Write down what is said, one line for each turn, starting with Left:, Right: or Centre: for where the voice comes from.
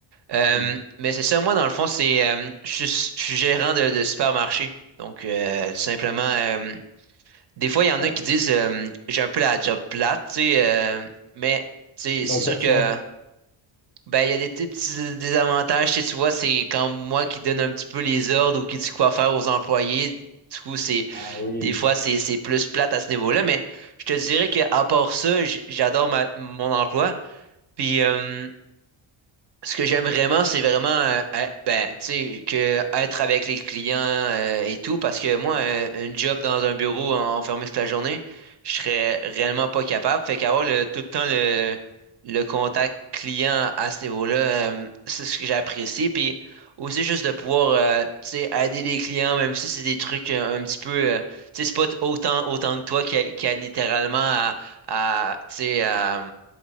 Right: Euh,
Left: Mm.
Right: mais c'est ça, moi, dans le fond, c'est, euh, je suis, je suis gérant de, de supermarché. Donc, euh, tout simplement, euh, des fois, il y en
Left: Oh.
Right: a qui disent, euh, j'ai un peu la job plate, tu sais, euh, mais tu sais,
Left: Dans
Right: c'est sûr
Left: quel
Right: que.
Left: sens?
Right: Ben, il y a des petits petits désavantages, tu sais, tu vois, c'est quand moi qui donne un petit peu les ordres ou qui dit quoi faire aux employés. Du coup, c'est
Left: Ah oui,
Right: des fois c'est c'est plus plate à ce niveau-là, mais je te dirais qu'à part ça, j- j'adore ma- mon emploi. Puis euh, ce que j'aime vraiment, c'est vraiment euh, euh, ben, tu sais, que être avec les clients euh, et tout, parce que moi, un, un job dans un bureau en- enfermé toute la journée, je serais réellement pas capable. Fait qu'avoir le, tout le temps le, le contact client à ce niveau-là, euh, c'est ce que j'apprécie. Puis aussi juste de pouvoir euh, tu sais, aider les clients, même si c'est des trucs euh, un petit peu euh, tu sais, c'est pas autant autant que toi qui, qui aide littéralement à, à tu sais, à